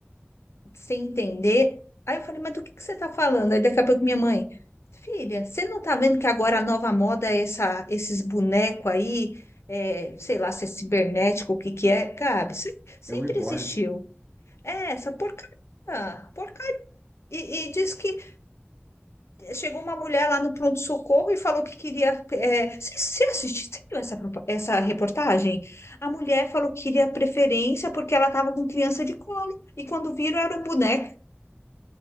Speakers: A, on the left (about 80°); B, on the right (about 35°).
A: sem entender. Aí eu falei: Mas do que que você tá falando? Aí daqui a pouco minha mãe: Filha, você não tá vendo que agora a nova moda é essa, esses bonecos aí? é, sei lá se é cibernético, o que que é? Gabi, se- sempre
B: É o Reborn.
A: existiu. É, essa porcaria. Por e, e diz que chegou uma mulher lá no pronto-socorro e falou que queria. É, você você assistiu você viu essa, propa- essa reportagem? A mulher falou que queria preferência porque ela estava com criança de colo. E quando viram, era um boneco.